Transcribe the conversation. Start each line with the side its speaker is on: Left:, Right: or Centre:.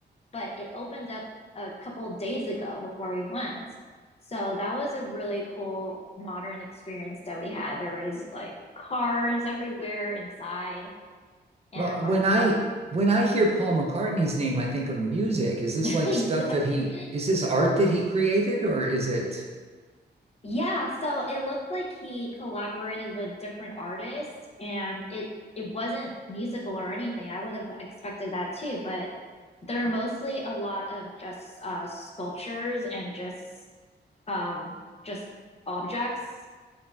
Left: But it opened up a couple of days ago before we went. So that was a really cool modern experience that we had. There was like cars everywhere inside and
Right: Well, when
Left: like
Right: I when I hear Paul McCartney's name, I think of music. Is this
Left: <laughs>
Right: like
Left: exactly.
Right: stuff that he is this art that he created or is it
Left: Yeah, so it looked like he collaborated with different artists and it it wasn't musical or anything. I would have expected that too, but they're mostly a lot of just uh sculptures and just um just objects